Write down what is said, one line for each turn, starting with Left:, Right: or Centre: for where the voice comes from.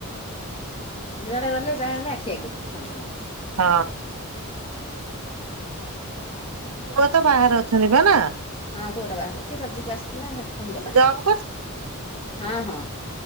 Left: ଯୁଆଡେ ଗଲେ ଯାହା ହେଲେ ଆଖିଆଗିରେ ସମସ୍ତଙ୍କର।
Right: ହଁ। ପୁଅ ତ ବାହାରେ ଅଛନ୍ତି ବା ନା।
Left: ହଁ ପୁଅଟା ବାହାରେ ଅଛି ରଜୁକୁ ଆସିଥିଲା ହେଟୁ ଫୁଣି ଗଲା
Right: ଜବ୍
Left: ଭାରି ହଁ ହଁ।